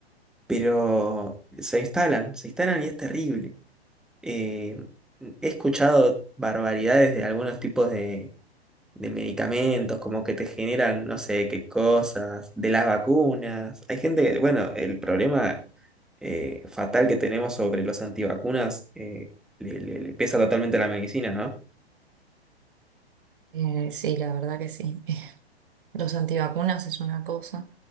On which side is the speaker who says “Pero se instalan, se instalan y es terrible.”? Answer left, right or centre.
Centre